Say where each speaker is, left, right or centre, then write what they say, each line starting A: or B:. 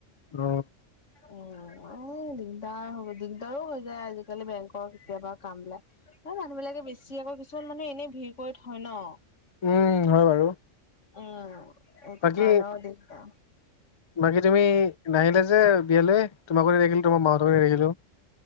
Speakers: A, on the left (about 45°); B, on the left (about 65°).
A: অ।
B: উম, এ দিগদাৰ হ'ব দিগদাৰো হৈ যায় আজিকালি বেংকৰ কেতিয়াবা কাম বিলাক৷ ন মানুহবিলাকে বেছি আকৌ কিছুমান মানুহে এনে ভিৰ কৰি থয় ন?
A: উম হয় বাৰু।
B: উম এইটো
A: বাকী
B: কালও দিগদাৰ।
A: বাকী তুমি নাহিলে যে বিয়ালৈ? তোমাক ক ৰাখিলো তোমাৰ মাহঁতৰ ৰাখিলোঁ।